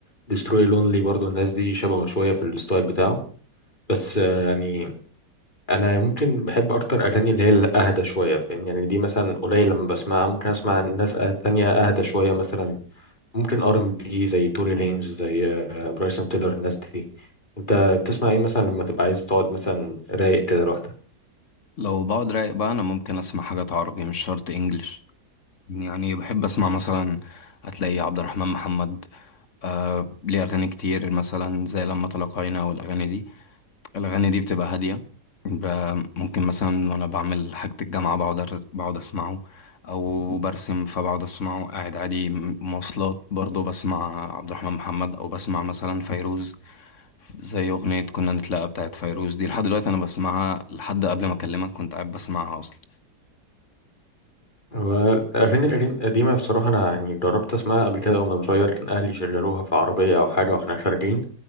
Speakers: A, on the left (about 25°); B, on the left (about 45°).
A: ديستروي لونلي برضو الناس دي شبهه شويه في الستايل بتاعه بس آه، يعني انا ممكن بحب اكتر اغاني اللي هي الاهدى شويه فاهم يعني دي مثلا قليل لما بسمعها ممكن اسمع ناس أه- تانية اهدى شويه مثلا ممكن ار ام بي زي توري لينز زي آه، برايسون تيلر الناس دي انت بتسمع ايه مثلا لما تبقى عايز تقعد مثلا رايق كده لوحدك
B: لو بقعد رايق بقى أنا ممكن أسمع حاجات عربي مش شرط إنجليش يعني بحب أسمع مثلا هتلاقي عبد الرحمن محمد آه ليه أغاني كتير مثلا زي لما تلاقينا والأغاني دي الأغاني دي بتبقى هادية ب- ممكن مثلا وأنا بعمل حاجة الجامعة بقعد أر- بقعد أسمعه أو برسم فبقعد أسمعه قاعد عادي م- مواصلات برضه بسمع عبد الرحمن محمد أو بسمع مثلا فيروز زي أغنية كنا نتلاقى بتاعت فيروز دي لحد دلوقتي أنا بسمعها لحد قبل ما أكلمك كنت قاعد بسمعها أصلا
A: هو الأغاني القديم- القديمة بصراحة أنا يعني جربت أسمعها قبل كده وأنا صغير كان أهلي شغلوها في عربية أو حاجة وإحنا خارجين